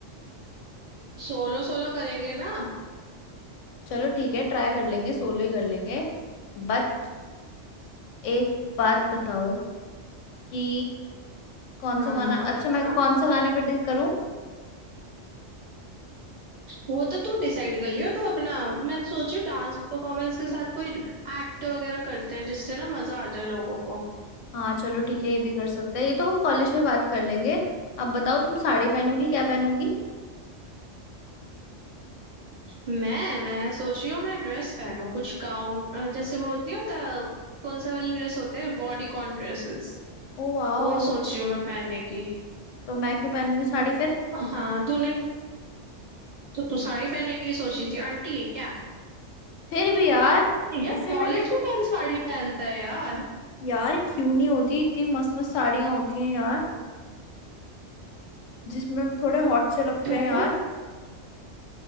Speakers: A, on the right; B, on the left.
A: सोलो सोलो करेंगे ना
B: चलो ठीक है ट्राई कर लेंगे सोलो ही कर लेंगे बट एक बात बताओ कि कौन
A: हाँ
B: सा गाना
A: हाँ
B: अच्छा
A: बता
B: मैं कौन सा गाने पे डि- करूं
A: वो तो तू डिसाइड कर लियो तू अपना मैं सोची डांस परफॉर्मेंस के साथ कोई एक्ट वगैरह करते हैं जिससे ना मजा आ जाए लोगों को
B: हाँ चलो ठीक है ये भी कर सकते हैं ये तो हम कॉलेज में बात कर लेंगे अब बताओ तुम साड़ी पहनोगी क्या पहनोगी
A: मैं मैं सोची हूँ मैं ड्रेस पहनूं कुछ गाउन जैसे वो होती नहीं होता कौन से वाली ड्रेस होते हैं बॉडी कॉन ड्रेसेस
B: Oh wow
A: वो सोची हूँ मैं पहनने की
B: तो मैं क्यों पहनूंगी साड़ी फिर
A: हाँ तूने तो तू साड़ी पहनने की सोची थी आंटी है क्या
B: फिर भी यार
A: यार
B: वैसे
A: कॉलेज
B: मैंने
A: में कौन साड़ी पहनता है यार
B: यार क्यों नहीं होती इतनी मस्त मस्त साड़ियां होती हैं यार जिसमें थोड़े हॉट से लगते
A: क्यों
B: हैं यार